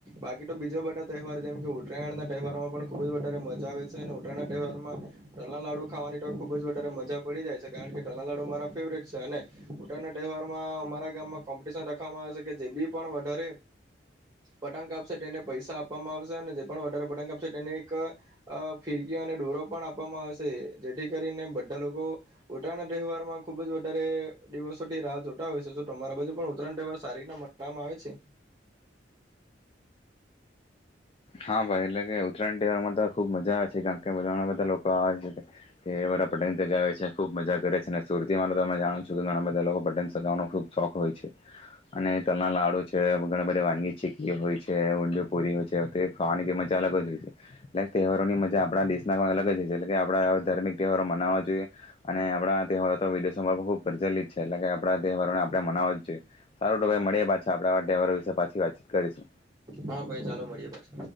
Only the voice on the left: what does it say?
હા ભાઈ એટલે કે ઉત્તરાયણ તહેવારમાં તો ખૂબ મજા આવે છે કારણ કે ઘણા બધા લોકો આવે છે કે એ બધા પટેંગથી ગાવે છે ખૂબ મજા કરે છે અને સુરતીમાં તમે જાણો છો કે ઘણા બધા લોકો પટેંગ સગાવાનો ખૂબ શોખ હોય છે અને તલના લડુ ઘણા બધા વાનગી છે હોય છે ઊજ પૂરી હોય છે તે ખવાની મજા અલગ જ હોય છે એટલે તહેવારો ની મજા આપણા દેશના અલગ જ હો છે એટલે આપ ધાર્મિક તહેવારો મનાવવા જોઈએ અને આપણા તહેવારો તો ડિસેમ્બરમાં ખૂબ પ્રચલિત છે એટલે કે આપણા તહેવારોને આપણે મનાવવા જ જોઈએ સારો ટાઈ મળીએ પાછા આપ તહેવારો વિશે પાછી વાતચીત કરીશું